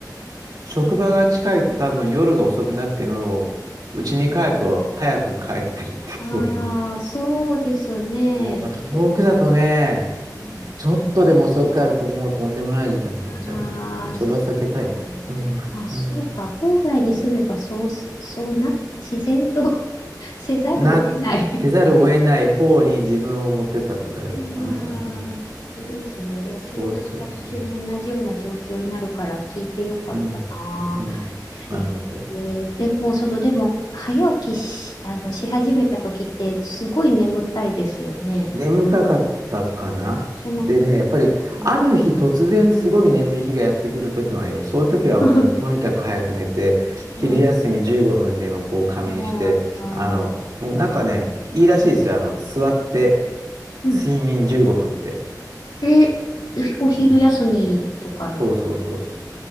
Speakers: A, on the right; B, on the left.
A: 職場が近いと多分夜が遅くなっても、うちに帰ると早く帰ってるって、
B: うんああ、
A: <laughs> そういう。
B: そうですね。
A: うんやっぱ遠くだとね、
B: 次。うん
A: ちょっとでも遅く帰るともうとんでもない時間になっちゃうんで、
B: ああ、
A: もうそれは避けたいって。
B: そっか。
A: うん、
B: まあ、そうか。
A: うん。
B: 郊外に住めば、そう、そうな、自然と <laughs> せざるを得ない
A: なってざるを得ない方に自分を持ってったっていうかね。
B: ああ、
A: うん。
B: なるほどですね。いや、
A: そうそうそ
B: ちょうど私も同じような状況になるから聞いてよかったな。
A: う。うん。うん。なるほど。
B: えー、でも、その、でも、早起きし、あの、し始めた時って、すごい眠たいですよね。
A: 眠たかったかな。
B: その、う
A: でね、やっぱりある日突然すごい眠い日がやってくる時もあります。
B: ん。
A: そういう時はもうとにかく早く寝て、
B: <laughs>
A: 昼休み15分でもこう仮眠して、
B: ああ、<laughs> ああ、
A: あの、もうなんかね、いいらしいですよ。あの、座って
B: うん。
A: 睡眠15分って。
B: え、お昼休みとかの
A: うんそうそうそうそう。